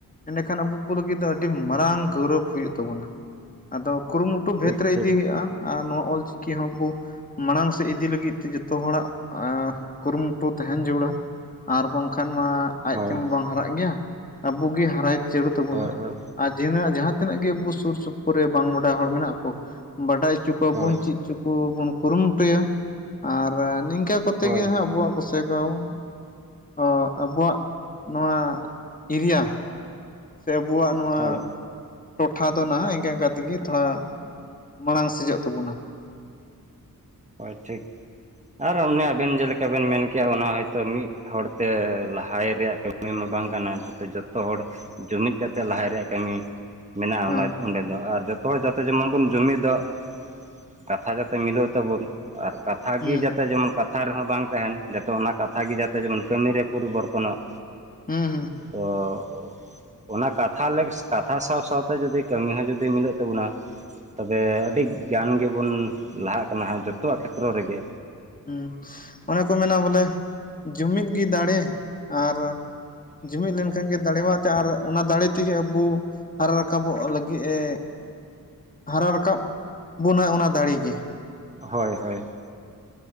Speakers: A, on the left; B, on the right.
A: ᱤᱱᱟᱹ ᱠᱷᱟᱱ ᱟᱹᱵᱩ ᱠᱩ ᱞᱟᱹᱜᱤᱫ ᱫᱚ ᱟᱹᱰᱤ ᱢᱟᱨᱟᱝ ᱜᱟᱣᱨᱚᱵᱽ ᱦᱩᱭᱩᱜ ᱛᱟᱵᱩᱱᱟ ᱾ ᱟᱫᱚ ᱠᱩᱨᱩᱢᱩ ᱴᱩ ᱵᱷᱮᱫ
B: ᱴᱷᱤᱠ
A: ᱨᱮ
B: ᱴᱷᱤᱠ
A: ᱤᱫᱤ ᱦᱩᱭᱩᱜ-ᱟ ᱾ ᱟᱨ ᱱᱚᱣᱟ ᱚᱞ ᱪᱤᱠᱤ ᱦᱚᱸᱵᱩ ᱢᱟᱲᱟᱝ ᱥᱮᱫ ᱤᱫᱤ ᱞᱟᱹᱜᱤᱫ ᱛᱮ ᱡᱚᱛᱚ ᱦᱚᱲᱟᱜ ᱠᱩᱨᱩᱢᱩᱴᱩ ᱛᱟᱦᱮᱱ ᱡᱟᱹᱨᱩᱲᱟ ᱾ ᱟᱨ ᱵᱟᱝ ᱠᱷᱟᱱ ᱢᱟ ᱟᱡ
B: ᱦᱳᱭ
A: ᱛᱮ ᱢᱟ ᱵᱟᱝ ᱦᱟᱨᱟᱜ ᱜᱮᱭᱟ ᱟᱹᱵᱩ ᱜᱮ ᱦᱟᱨᱟᱭ ᱡᱟᱹᱨᱩᱲ ᱛᱟᱹᱵᱩᱱᱟ᱾
B: ᱦᱳᱭ ᱦᱳᱭ
A: ᱟᱨ ᱡᱤᱦᱟᱺᱱᱟᱜ ᱡᱟᱦᱟᱸ ᱛᱤᱱᱟᱹᱜ ᱜᱮ ᱟᱹᱵᱩ ᱥᱩᱨ ᱥᱩᱯᱩᱨ ᱨᱮ ᱵᱟᱝ ᱵᱟᱰᱟᱭ ᱦᱚᱲ ᱢᱮᱱᱟᱜ ᱠᱩ ᱵᱟᱰᱟᱭ ᱚᱪᱚ ᱠᱩᱣᱟᱵᱩᱱ
B: ᱦᱳᱭ
A: ᱪᱤᱫ ᱪᱚ ᱠᱩᱵᱩᱱ ᱠᱩᱨᱩᱢᱩᱴᱩᱭᱟ ᱟᱨ ᱱᱤᱝᱠᱟ ᱠᱚᱛᱮ
B: ᱦᱳᱭ
A: ᱜᱮ ᱦᱟᱸᱜ ᱟᱹᱵᱩᱣᱟᱜ ᱜᱚᱥᱮᱜᱟᱶ ᱚᱻ ᱟᱹᱵᱩᱣᱟᱜ ᱱᱚᱣᱟ ᱮᱨᱤᱭᱟ ᱥᱮ ᱟᱹᱵᱩᱣᱟᱜ ᱱᱚᱣᱟ
B: ᱦᱳᱭ
A: ᱴᱚᱴᱷᱟ ᱫᱚ ᱱᱷᱟᱜ ᱤᱱᱠᱟ ᱤᱱᱠᱟ ᱛᱮ ᱜᱤ ᱛᱷᱚᱲᱟ ᱢᱟᱲᱟᱝ ᱥᱮᱡᱚᱜ ᱛᱟᱹᱵᱩᱱᱟ ᱾
B: ᱦᱚᱭ ᱴᱷᱤᱠ ᱟᱨ ᱚᱱᱮ ᱟᱵᱮᱱ ᱡᱮᱞᱮᱠᱟ ᱵᱮᱱ ᱢᱮᱱ ᱠᱮᱭᱟ ᱚᱱᱟ ᱦᱚᱭᱛᱚ ᱢᱤᱫ ᱦᱚᱲᱛᱮ ᱞᱟᱦᱟᱭ ᱨᱮᱭᱟᱜ ᱠᱟᱹᱢᱤ ᱢᱟ ᱵᱟᱝ ᱠᱟᱱᱟ ᱡᱟᱛᱮ ᱡᱚᱛᱚ ᱦᱚᱲ ᱡᱩᱢᱤᱫ ᱠᱟᱛᱮᱜ ᱞᱟᱦᱟᱭ ᱨᱮᱭᱟᱜ ᱠᱟᱹᱢᱤ ᱢᱮᱱᱟᱜ-ᱟ
A: ᱦᱮᱸ
B: ᱚᱱᱟ ᱚᱸᱰᱮ ᱫᱚ ᱟᱨ ᱡᱚᱛᱚ ᱦᱚᱲ ᱡᱟᱛᱮ ᱡᱮᱢᱚᱱ ᱵᱩᱱ ᱡᱩᱢᱤᱫᱚᱜ ᱠᱟᱛᱷᱟ ᱡᱟᱛᱮ ᱢᱤᱞᱟᱹ ᱚᱜ ᱛᱟᱵᱩᱱ ᱟᱨ ᱠᱟᱛᱷ
A: ᱦᱩᱸ
B: ᱜᱤ ᱡᱟᱛᱮ ᱡᱮᱢᱚᱱ ᱠᱟᱛᱷᱟ ᱨᱮᱦᱚᱸ ᱵᱟᱝ ᱛᱟᱦᱮᱱ ᱡᱟᱛᱮ ᱚᱱᱟ ᱠᱟᱛᱷᱟ ᱜᱮ ᱡᱟᱛᱮ ᱡᱮᱢᱚᱱ ᱠᱟᱹᱢᱤ ᱨᱮ ᱯᱚᱨᱤᱵᱚᱨᱛᱚᱱᱚᱜ᱾
A: ᱦᱩᱸ ᱦᱩᱸ᱾
B: ᱚᱜᱻᱚ ᱚᱱᱟ ᱠᱟᱛᱷᱟ ᱞᱮᱠᱥ ᱠᱟᱛᱷᱟ ᱥᱟᱶ ᱥᱟᱶ ᱛᱮ ᱡᱩᱫᱤ ᱠᱟᱹᱢᱤ ᱦᱚᱸ ᱡᱩᱫᱤ ᱢᱤᱞᱟᱹᱜ ᱛᱟᱹᱵᱩᱱᱟ᱾ ᱛᱚᱵᱮ ᱟᱹᱰᱤ ᱜᱟᱱ ᱜᱮᱵᱩᱱ ᱞᱟᱦᱟᱜ ᱠᱟᱱᱟ ᱦᱟᱸᱜ ᱡᱚᱛᱚᱣᱟᱜ ᱠᱷᱮᱛᱨᱚ ᱨᱮ ᱜᱮ᱾
A: ᱦᱩᱸ ᱚᱱᱮ ᱠᱚ ᱢᱮᱱᱟ ᱵᱚᱞᱮ ᱡᱩᱢᱤᱫ ᱜᱮ ᱫᱟᱲᱮ ᱟᱨ ᱡᱩᱢᱤᱫ ᱞᱮᱱᱠᱷᱟᱱ ᱜᱮ ᱫᱟᱲᱮ ᱢᱟ ᱟᱨ ᱚᱱᱟ ᱫᱟᱲᱮ ᱛᱮᱜᱮ ᱟᱵᱚ ᱦᱟᱨᱟ ᱨᱟᱠᱟᱵᱚᱜ ᱞᱟᱹᱜᱤᱫ ᱮ ᱦᱟᱨᱟ ᱨᱟᱠᱟᱵ ᱵᱚᱱᱟᱭ ᱚᱱᱟ ᱫᱟᱲᱮ ᱜᱮ ᱾
B: ᱦᱳᱭ ᱦᱳᱭ ᱾